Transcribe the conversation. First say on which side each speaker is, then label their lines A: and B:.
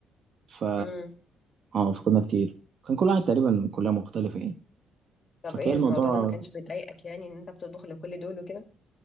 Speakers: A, on the right (about 55°); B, on the left (about 40°).
A: ف
B: مم.
A: اه فكنا كتير كان كل واحد تقريبا من كلها مختلفه يعني
B: طب
A: فكان
B: ايه
A: الموضوع
B: الموضوع ده ما كانش بيضايقك يعني ان انت بتطبخ لكل دول وكده